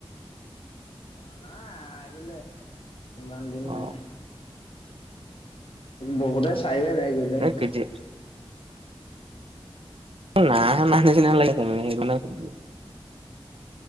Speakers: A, on the left; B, on the right.
A: অ নাই আহিলে ইমান দিন
B: অ
A: নাই। বহুতে চাইয়ে এদাই কৰিলে সেইখন।
B: এই কেতিয়া নাই অহা নিচিনা লাগেছে সেইটো কাৰণে শুধিলো।